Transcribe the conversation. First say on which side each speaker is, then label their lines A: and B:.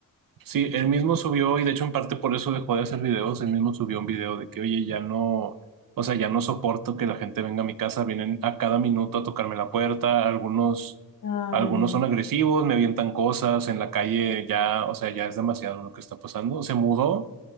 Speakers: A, on the right; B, on the left.
A: Sí, él mismo subió, y de hecho en parte por eso dejó de hacer videos, él mismo subió un video de que, oye, ya no, o sea, ya no soporto que la gente venga a mi casa, vienen a cada minuto a tocarme la puerta, algunos,
B: Ah,
A: algunos
B: ya,
A: son agresivos,
B: ya.
A: me avientan cosas en la calle, ya, o sea, ya es demasiado lo que está pasando. Se mudó